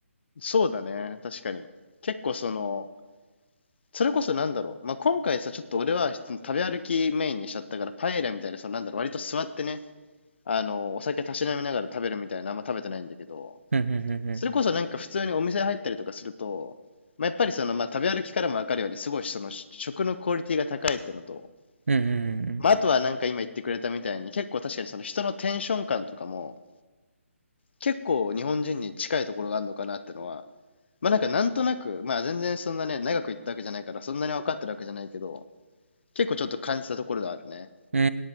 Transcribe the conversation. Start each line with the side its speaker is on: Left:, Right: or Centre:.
Left: そうだね。確かに。結構その、それこそなんだろう。まあ、今回さ、ちょっと俺は食べ歩きメインにしちゃったから、パエリアみたいな、そのなんだろう、割と座ってね、あの、お酒たしなみながら食べるみたいな、あんま食べてないんだけど、
Right: うんうんうんうん。
Left: それこそなんか普通にお店入ったりとかすると、まあ、やっぱりその、まあ、食べ歩きからもわかるように、すごいその食のクオリティが高いってのと、
Right: うんう
Left: まあ、
Right: ん
Left: あとはなんか今言ってくれたみたいに、結構確かにその人のテンション感とかも、結構日本人に近いところがあるのかなってのは、まあなんかなんとなく、まあ全然そんなね、長く行ったわけじゃないから、そんなに分かってるわけじゃないけど、結構ちょっと感じたところがあるね。
Right: うん。う